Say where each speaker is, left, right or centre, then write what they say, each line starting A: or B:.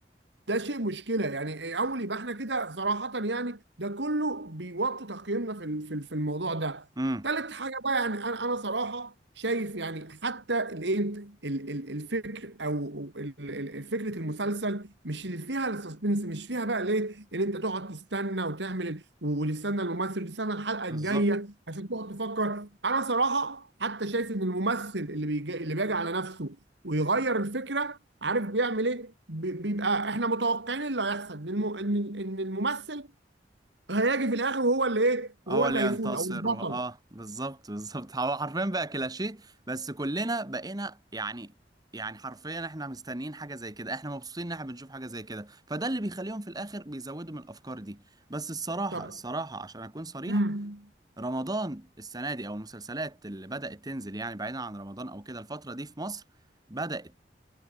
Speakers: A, on the right; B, on the right.
A: ده شيء مشكله يعني اول يبقى احنا كده صراحه يعني ده كله بيوطي تقييمنا في ال- في ال- في الموضوع ده
B: امم
A: تالت حاجه بقى يعني انا انا صراحه شايف يعني حتى الايه ال- ال- الفكر او ال- ال- فكره المسلسل مش اللي فيها السسبنس مش فيها بقى ليه ان انت تقعد تستنى وتعمل ال- وتستنى الممثل وتستنى الحلقه
B: بالظبط
A: الجايه عشان تقعد تفكر انا صراحه حتى شايف ان الممثل اللي بيجي اللي بيجي على نفسه ويغير الفكره عارف بيعمل ايه ب- بيبقى احنا متوقعين إيه اللي هيحصل ان الم- ان إن الممثل هيجي في الاخر وهو اللي ايه وهو
B: هو
A: اللي
B: اللي
A: هيفوز
B: ينتصر
A: او البطل
B: وه... اه بالظبط بالظبط هو حرفيا بقى كلاشيه بس كلنا بقينا يعني يعني حرفيا احنا مستنيين حاجة زي كده احنا مبسوطين ان احنا بنشوف حاجة زي كده فده اللي بيخليهم في الآخر بيزودوا من الأفكار دي بس الصراحة
A: طب
B: الصراحة عشان أكون صريح
A: امم
B: رمضان السنة دي أو المسلسلات اللي بدأت تنزل يعني بعيدا عن رمضان أو كده الفترة دي في مصر بدأت